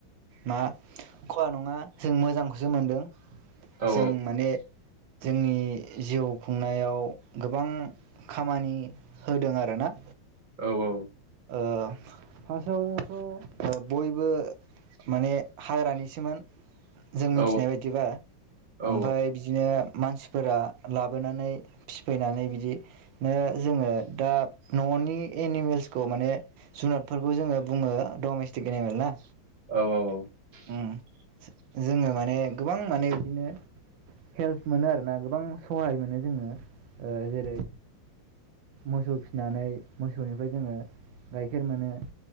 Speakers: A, on the right; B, on the right.
A: मा खहा नङा जों मोजांखौसो मोनदों।
B: औ
A: जों माने जोंनि जिउ खुंनायाव गोबां खामानि होदों आरोना।
B: औ औ
A: ओ फासआवथ' बयबो माने हाग्रानिसोमोन। जों मिथिनाय
B: औ
A: बायदिबा
B: औ
A: ओमफाय बिदिनो मानसिफोरा लाबोनानै फिफैनानै बिदिनो जोङो दा न'नि एनिमेल्सखौ माने जुनादफोरखौ जोङो बुङो डमेस्टिक एनिमेल ना
B: औ औ औ
A: उम जोङो माने गोबां माने बिदिनो हेल्प मोनो आरोना गोबां सहाय मोनो जोङो ओ जेरै मोसौ फिसिनानै मोसौनिफ्राय जोङो गाइखेर मोनो